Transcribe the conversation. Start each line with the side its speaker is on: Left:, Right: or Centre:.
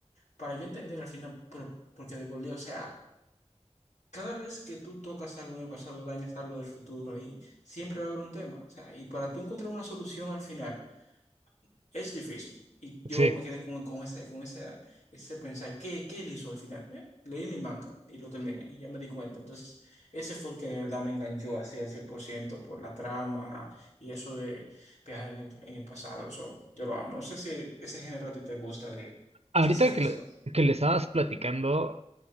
Left: para yo entender al final, pero- porque de por Dios, o sea, cada vez que tú tocas algo en el pasado, dañas algo del futuro y siempre va a haber un tema. O sea, y para tú encontrar una solución al final. Es difícil. Y yo
Right: sí.
Left: me quedé con, con ese, con ese, ese pensar, ¿qué, qué él hizo al final? Bien, leí mi manga y lo terminé y ya me di cuenta. Entonces, ese fue el que de verdad me enganchó así al 100% por ciento por la trama y eso de viajar en el, en el pasado. Eso, yo lo amo. No sé si ese género a ti te gusta de
Right: Ahorita
Left: ciencia ficción.
Right: que le, que le estabas platicando,